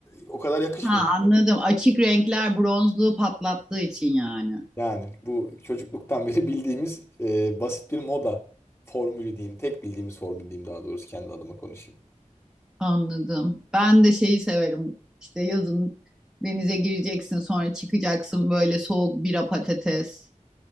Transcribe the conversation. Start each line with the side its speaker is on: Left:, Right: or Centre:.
Left: o kadar yakışmıyor.
Centre: Ha anladım. Açık renkler bronzluğu patlattığı için yani.
Left: Yani bu çocukluktan beri bildiğimiz e, basit bir moda formülü diyeyim. Tek bildiğimiz formül diyeyim daha doğrusu kendi adıma konuşayım.
Centre: Anladım. Ben de şeyi severim. İşte yazın denize gireceksin, sonra çıkacaksın böyle soğuk bira patates.